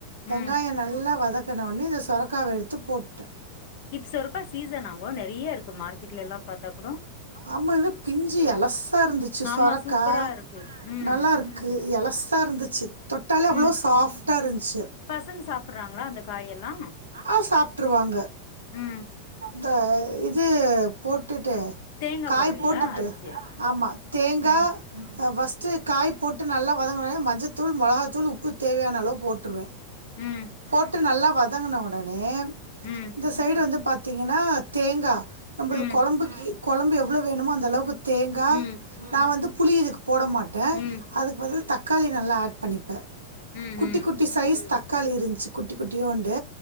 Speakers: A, on the right (about 80°); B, on the left (about 50°).
A: வெங்காய
B: ம்
A: நல்லா வதங்கன ஒனே இந்த சொரக்காவ எடுத்து போட்ட
B: கிப்ஸ் ஒருக்கா சீசனாங்கோ நெறைய இருக்கு மார்க்கெட்ல எல்லா பாத்தா கூடோ
A: அம்மா இத பிஞ்சு எலசா இருந்துச்சி
B: ஆமா
A: சொரக்கா
B: சூப்பரா இருக்கு ம்
A: நல்லாருக் கு எலஸ்சா இருந்துச்சி தொட்டால அவ்ளோ
B: ம்
A: சாஃப்டா இருந்துச்சி
B: பசங்க சாப்புட்றாங்களா அந்த காயெல்லா
A: ஆ சாப்ட்ருவாங்க
B: ம்
A: த இது போட்டுட்டு
B: தேங்கா
A: காய்
B: போடுவீங்களா
A: போட்டுட்டு
B: அரச்சு
A: ஆமா தேங்கா
B: ம்
A: அ ஃபர்ஸ்ட்டு காய் போட்டு நல்லா வதங்குனோனே மஞ்சத்தூள் மொளகாத்தூள் உப்பு தேவ்யான அளவு போட்ருவே
B: ம்
A: போட்டு நல்லா வதங்குன ஒடனே
B: ம்
A: இந்த சைடு வந்து பாத்தீங்கனா தேங்கா நம்மளு
B: ம்
A: கொழம்புக்கி கொழம்பு எவ்ளோ வேணுமோ அந்த அளவுக்கு தேங்கா
B: ம்
A: நா வந்து புளி இதுக்கு போட மாட்ட
B: ம்
A: அதுக்கு பதல் தக்காளி நல்லா ஆட் பண்ணிப்பே
B: ம்
A: குட்டி
B: ம்
A: குட் டி சைஸ் தக்காளி இருந்துச்சு குட்டி குட்டியோண்டு